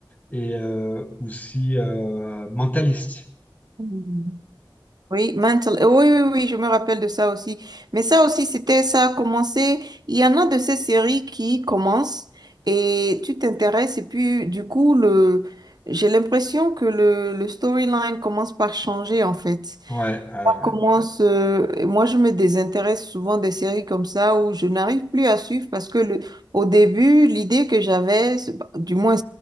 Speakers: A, on the left; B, on the right.
A: et euh, aussi euh, Mentaliste.
B: Mhm. Oui, mental. Oui, oui, oui, je me rappelle de ça aussi. Mais ça aussi, c'était ça a commencé. Il y en a de ces séries qui commencent et tu t'intéresses et puis du coup, le, j'ai l'impression que le, le storyline commence par changer en fait.
A: Ouais, ah
B: Ça
A: ouais.
B: Commence, euh, et moi, je me désintéresse souvent des séries comme ça où je n'arrive plus à suivre parce que le, au début, l'idée que j'avais, c'est- bah, du moins